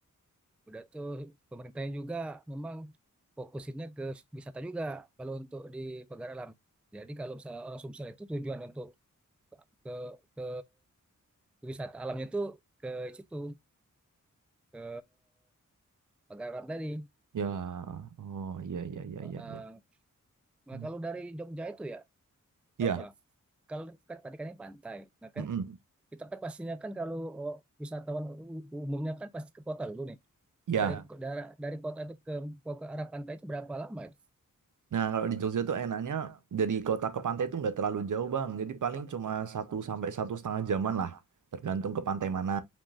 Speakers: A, in the centre; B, on the right (about 70°).
A: Udah tuh pemerintahnya juga memang fokusinnya ke wisata juga kalau untuk di Pagar Alam. Jadi kalau misalnya orang Sumsel itu tujuan untuk ke ke, ke wisata alamnya itu ke situ ke Pagar Alam tadi.
B: Ya, oh iya, iya, iya, iya,
A: Heeh.
B: iya.
A: Nah
B: Hmm.
A: kalau dari Jogja itu ya
B: Iya,
A: apa? Kalau kan tadi kan ini pantai. Nah kan
B: mm-mm.
A: kita kan pastinya kan kalau oh, wisatawan u- umumnya kan pasti ke kota dulu nih.
B: Iya.
A: Nah, Dari dari dari kota itu ke, ke arah pantai itu berapa lama itu?
B: Nah, kalau di Jogja tuh enaknya dari kota ke pantai itu nggak terlalu jauh, Bang. Jadi paling cuma satu sampai satu setengah jaman lah, tergantung ke pantai mana.